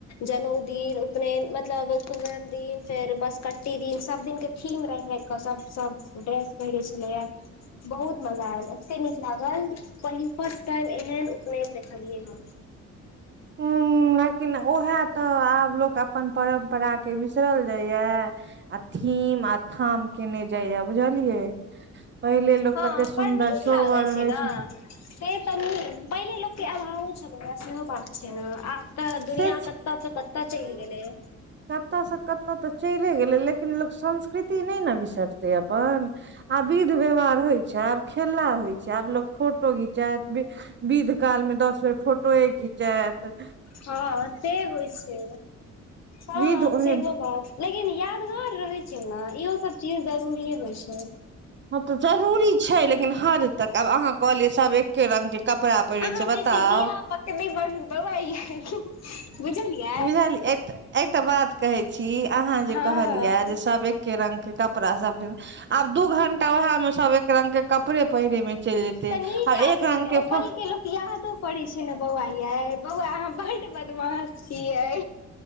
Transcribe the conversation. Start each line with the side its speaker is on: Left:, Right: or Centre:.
Left: जनउ दिन उपनयन मतलब कुमरम दिन फेर बसकट्टी दिन सब दिन के। थीम राखि राखि क सब सब ड्रेस पहिरै छलैया बहुत मजा ऐल एते नीक लागल। पहिल फर्स्ट टाइम एहन उपनयन देखलियै हम।
Right: हूँ लेकिन उएहे तऽ आब लोक अपन परम्परा के बिसरल जाईया। आ थीम आ थाम केने जाईया बुझलियै। पहिले लोक
Left: हँ
Right: कते सुन्दर
Left: बड़ नीक
Right: सोबर
Left: लागै
Right: रहइ
Left: ने
Right: छै
Left: से तऽ न पहिले लोक के अभावो छलैया सेहो बात छै न। तऽ दुनिया
Right: से
Left: कतऽ स कतऽ चलि गेलै।
Right: कतऽ स कतऽ तऽ चलि गेलै लेकिन लोक संस्कृति नै न बिसरतै अपन। आब विध व्यवहार होइ छै आब खेला होइ छै आब लोक। फोटो घिचेत विध काल मे दस बेर फोटोए घिचेत
Left: हँ ते होइ छै हँ
Right: विध ओहन
Left: सेहो बात लेकिन यादगार रहै छै न इहो सब चीज जरूरिये होइ छै
Right: हँ तऽ जरूरी छैय लेकिन हद तक आब अहाँ कहलियै सब एके रंग के कपड़ा पहिड़ै
Left: अहाँ
Right: छै बताउ
Left: बेसी <unintelligible> बुझलियै
Right: बुझल एक एकटा बात कहै छी अहाँ जे
Left: हँ
Right: कहलिया जे सभ ए के रंग के कपड़ा सब दिन आब दू घंटा वएह मे सब एक रंग के कपड़े पहिरै मे चलि जेते
Left: तऽ नीक
Right: आब
Left: लागै
Right: एक रंग
Left: छै ओ
Right: फ
Left: पल के लोक यादो करै छै ने बौआ यै बौआ अहाँ बड बदमास छियै